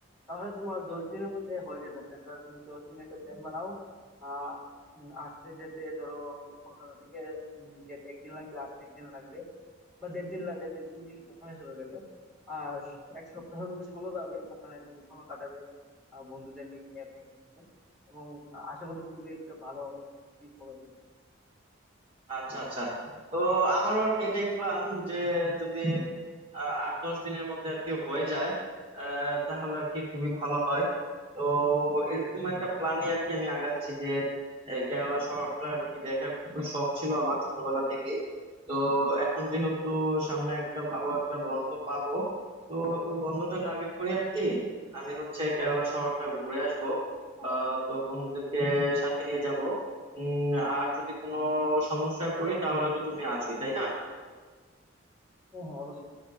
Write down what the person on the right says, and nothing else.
আচ্ছা আচ্ছা তো আমারও আর কি এটাই প্ল্যান যে যদি আহ, আট দশ দিনের মধ্যে আর কি হয়ে যায় আহ, তাহলে আর কি খুবই ভালো হয় তো এরকম একটা প্ল্যানে আর কি আমি আগাচ্ছি যে এই কেরালা শহরটা আর কি দেখার খুবই শখ ছিল আমার ছোটবেলা থেকেই তো এখন যেহেতু সামনে একটা ভালো একটা বন্ধ পাবো তো ওই বন্ধটা টার্গেট করি আর কি আমি হচ্ছে কেরালা শহরটা ঘুরে আসবো আহ তো বন্ধুদেরকে সাথে নিয়ে যাব উম আর যদি কোনো সমস্যায় পড়ি তাহলে তো তুমি আছোই তাই না